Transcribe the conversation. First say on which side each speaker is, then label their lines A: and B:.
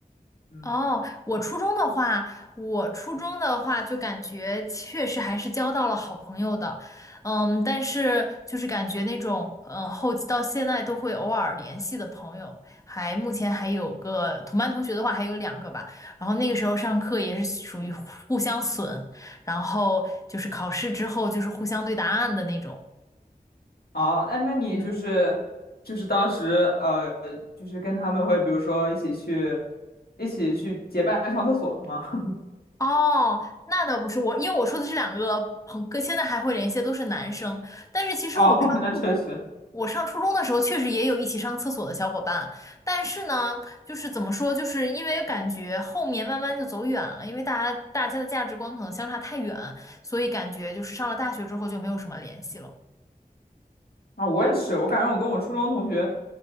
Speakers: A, on the left; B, on the left.
A: 嗯，
B: 哦，我初中的话，我初中的话就感觉确实还是交到了好朋友的，嗯，但是就是感觉那种嗯后期到现在都会偶尔联系的朋友，还目前还有个同班同学的话还有两个吧，然后那个时候上课也是属于互相损，然后就是考试之后就是互相对答案的那种。
A: 哦，那那你就是就是当时呃，
B: 嗯，
A: 就是跟他们会比如说一起去一起去结伴上厕所吗？<laughs>
B: 哦，那倒不是我，因为我说的是两个朋哥，现在还会联系的都是男生。但是其实我上初中，
A: 哦，那确实。
B: 我上初中的时候确实也有一起上厕所的小伙伴，但是呢，就是怎么说，就是因为感觉后面慢慢就走远了，因为大家大家的价值观可能相差太远，所以感觉就是上了大学之后就没有什么联系了。
A: 啊，我也是，我感觉我跟我初中同学